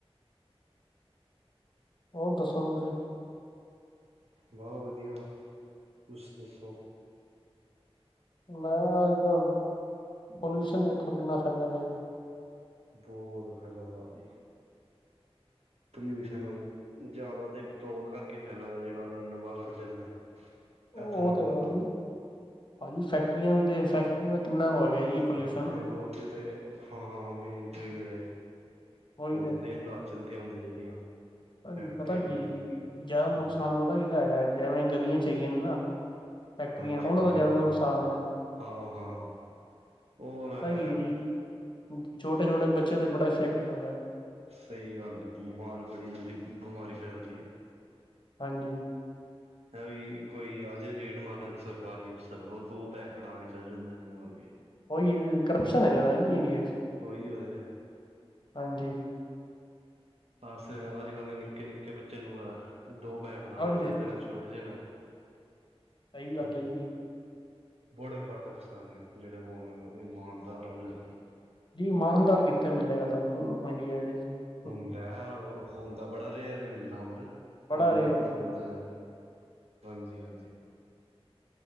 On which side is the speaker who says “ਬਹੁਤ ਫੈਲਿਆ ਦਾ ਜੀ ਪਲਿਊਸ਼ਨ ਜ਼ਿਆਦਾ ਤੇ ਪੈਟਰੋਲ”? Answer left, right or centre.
Right